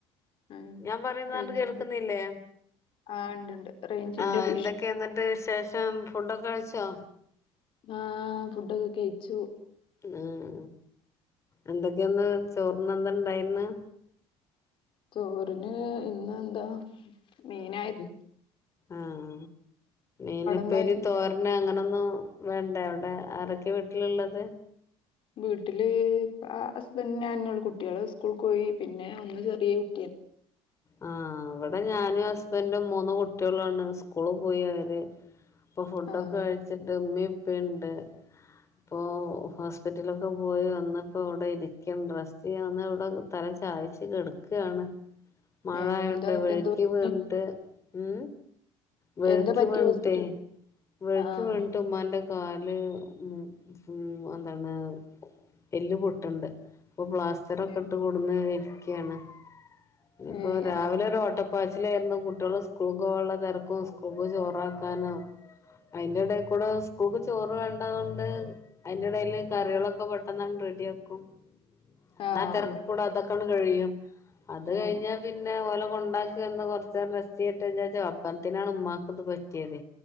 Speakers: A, on the left (about 45°); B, on the left (about 25°).
A: ഉം
B: ഞാൻ പറയുന്നണ്ട്
A: റേഞ്ചിന്റെ
B: കേൾക്കുന്നില്ലേ
A: ആഹ് ഉണ്ട്ണ്ട് റേഞ്ചിന്റെ
B: ആഹ
A: ഇഷ്യൂ
B: എന്തൊക്കെയ എന്ന എന്നിട്ട് ശേഷം ഫുഡൊക്കെ കഴിച്ചോ
A: ആഹ് ഫുഡൊക്കെ കഴിച്ചു
B: ആഹ എന്തൊക്കെയ ഒന്ന് ചോറിന്ന എന്ത ഇണ്ടായിന്ന്
A: ചോറിന് ഇന്ന് എന്താ മീയിനായിരുന്നു
B: ആഹ ഇീനിപ്പൊരി
A: എന്തായിരുന്നു
B: തോരണ അങ്ങനെ ന്ന വേണ്ട എവിടെ ആരൊക്കെ വീട്ടിലുള്ളത്
A: വീട്ടില് ഹസ്ബന്ഡ ഞാനള്ള കുട്ടികള് സ്കൂൾ പോയി പിന്നെ ഒന്ന് ചെറിയ കുട്ടിയ
B: ആ ഇവിടെ ഞാനും ഹസ്ബൻഡും മൂന്ന് കുട്ടികളാണ് സ്കൂള് പോയി അവര് ഇപ്പൊ ഫുഡൊക്കെ
A: ആഹ്
B: കഴിച്ചിട്ട് ഉമ്മ ഇപ്പുണ്ട് ഇപ്പൊ ഹോസ്പിറ്റലൊക്കെ പോയി വന്നപ്പോ ഇവിടെ ഇരിക്കും ഡ്രസ്റ്റ് ചെയ്യ വന്ന ഇവിടെ തല ചായച്ച കെടക്കയാണ് മഴായിണ്ട്
A: ഏഹ് എന്താ
B: വെഴുക്കി
A: എന്ത് പറ്റി
B: വീട്ട് ഉ വെഴുക്കി
A: എന്താ പറ്റി
B: വേണിട്ടെ
A: ഹോസ്പിറ്റൽ
B: വെഴുക്കി
A: ആഹ്
B: വേണിട്ട ഉമ്മാന്റെ കാല് ഉ ഉ എന്താണ് എല് പൊട്ടുണ്ട് ഇപ്പൊ പ്ലാസ്റ്റർൊക്കെ
A: ഏഹ്
B: ഇട്ട് കൊടുന്ന ഇരിക്കയാണ് ഇ ഇപ്പോൊ
A: ഏഹ് എന്നാ
B: രാവിലെ ഒരു ഓട്ടപ്പാച്ചിലായിരുന്നു സ്ക്രൂ വെള്ള തിരക്കും സ്ക്രൂ ചോറാക്കാനും അതിന്റെടൽ കൂടെക്ൂ ചോറ് വേണ്ടത കൊണ്ട് അതിനിടേൽ കറികളൊക്കെ പെട്ടെന്ന റെഡി ആക്കും അങ്ങനെ
A: ആഹ്
B: ആ തിരക്ക
A: അങ്ങനെ
B: കൂടെ അതൊക്കെയാണ് കഴിയും അത്
A: ഉം
B: കഴിഞ്ഞ പിന്നെ ഓല ഉണ്ടാക്കന്ന് കുറച്ച നേരം റെസ്റ്റ് ചെയ്ട്ട് ചോ പണത്തിനാണ് ഉമ്മാക്ക് ഇത് പറ്റിയത്